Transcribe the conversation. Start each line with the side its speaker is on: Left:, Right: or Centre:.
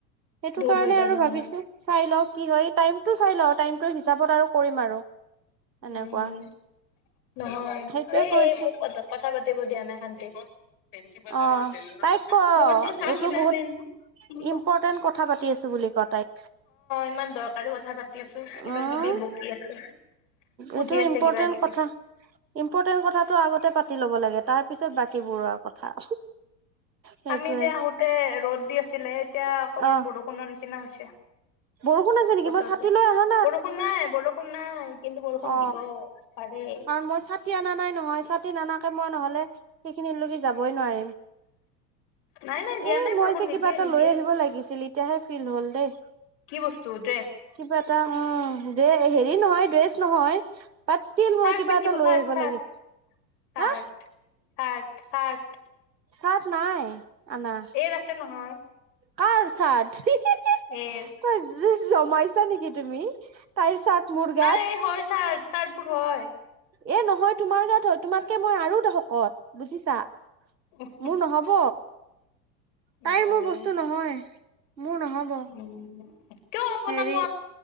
Right: সেইটো
Left: দূৰ
Right: কাৰণে
Left: হৈ যাব
Right: আৰু ভাবিছো
Left: নহয়
Right: চাই লও কি হয়, টাইমটো চাই লওঁ, টাইমটো হিচাপত আৰু কৰিম আৰু। এনেকুৱা
Left: উম। নহয়,
Right: সেইটোৱে
Left: এ
Right: কৰিছো
Left: এ মোক কথা পাতিব দিয়া নাই শান্তিত। ফেঞ্চি বজাৰৰ
Right: অ
Left: জেল ৰোডত
Right: তাইক
Left: আচে,
Right: ক
Left: ৰবাচোন চাও
Right: এইটো
Left: কিব বেয়া
Right: বহুত
Left: কি দিব
Right: ইম্পৰ্টেন্ট
Left: অ,
Right: কথা পাতি আছো বুলি ক তাইক
Left: ইমান দৰকাৰী কথা পাতি আছো, কিবা
Right: উম
Left: কিবি ব কি আছে। সুধি
Right: এইটো
Left: আছে
Right: ইম্পৰ্টেণ্ট
Left: কিবা কিবি।
Right: কথা। ইম্পৰ্টেণ্ট কথাটো আগতে পাতি ল'ব লাগে, তাৰপিছত বাকীবোৰৰ কথা। সেইটোয়ে
Left: আমি যে আহোতে, ৰ'দ দি আছিলে, এতিয়া
Right: অ
Left: অকনমান বৰষুণৰ নিচিনা হৈছে।
Right: বৰষুণ আছে। নেকি
Left: বতৰটো,
Right: মই ছাতি লৈ অহা
Left: বৰষুণ নাই, বৰষুণ নাই কিন্তু বৰষুণ
Right: অ
Left: দিব পাৰে।
Right: কাৰণ মই ছাতি আনা নাই নহয়, ছাতি নানাকে মই নহলে সেইখিনিত লকি যাবই নোৱাৰিম।
Left: নাই নাই দিয়া
Right: এ
Left: নাই
Right: মই
Left: বৰষুণ
Right: যে
Left: নিদিয়ে
Right: কিবা এটা
Left: নিদিয়ে
Right: লৈ আহিব লাগিছিল, এতিয়াহে ফিল হ'ল দেই।
Left: কি বস্তু ড্ৰেছ?
Right: কিবা এটা উম, ডে হেৰি নহয়, ড্ৰেছ নহয়। বাট ষ্টীল, মই
Left: চাৰ্ট
Right: কিবা
Left: পিন্ধিব
Right: এটা লৈ
Left: চাৰ্ট
Right: আহিব
Left: চাৰ্ট
Right: লাগিছিল,
Left: চাৰ্ট।
Right: হা?
Left: Shirt shirt.
Right: চাৰ্ট নাই আনা।
Left: এইৰ আছে নহয়।
Right: কাৰ চাৰ্ট হি হি হি।
Left: এইৰ।
Right: তই, জ জমাইছা নেকি তুমি, তাইৰ চাৰ্ট মোৰ
Left: নাই
Right: গাত
Left: এই হয় চাৰ্ট চাৰ্টবোৰ হয়।
Right: এ নহয়, তোমাৰ গাত হয়, তোমাতকে মই আৰু শকত বুজিছা?
Left: উহ হো।
Right: মোৰ নহব,
Left: উম
Right: তাইৰ মোৰ বস্তু নহয়, মোৰ নহব।
Left: উম, কিয় আপোনাক
Right: হেৰি